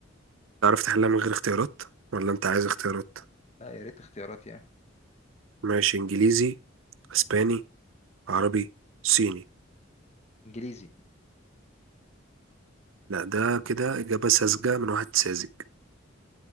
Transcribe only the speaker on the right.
تعرف تحلها من غير اختيارات ولا انت عايز اختيارات
ماشي انجليزي اسباني عربي صيني
لا ده كده اجابة ساذجة من واحد ساذج